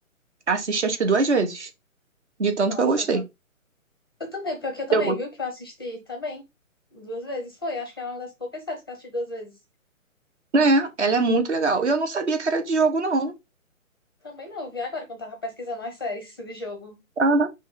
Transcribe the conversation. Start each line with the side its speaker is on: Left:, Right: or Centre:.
Right: Assisti acho que duas vezes, de tanto
Left: Nossa,
Right: que eu gostei.
Left: Eu também, pior que eu também,
Right: Eu, go-
Left: viu? Que eu assisti também duas vezes. Foi, acho que é uma das poucas séries que eu assisti duas vezes.
Right: Né? Ela é muito legal. E eu não sabia que era de jogo, não.
Left: Também não, eu vi agora quando tava pesquisando as séries de jogo.
Right: Aham.